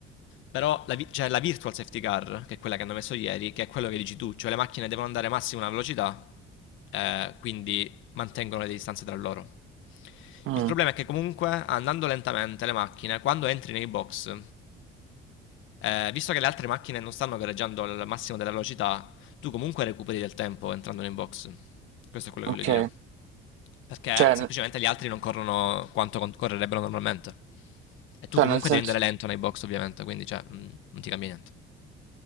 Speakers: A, on the left; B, on the right.
A: Però la, vi- c'è la virtual safety car, che è quella che hanno messo ieri, che è quello che dici tu, cioè le macchine devono andare massimo a una velocità, eh, quindi mantengono le distanze tra loro.
B: Mm,
A: Il problema è che comunque andando lentamente le macchine, quando entri nei box, eh, visto che le altre macchine non stanno gareggiando al massimo della velocità, tu comunque recuperi del tempo entrando nei box. Questo è quello
B: ok.
A: che voglio dire. Perché
B: Cioè,
A: semplicemente
B: n-
A: gli altri non corrono quanto con- correrebbero normalmente. E tu
B: cioè,
A: comunque
B: nel senso,
A: devi andare lento nei box, ovviamente, quindi cioè, mh, non ti cambia niente.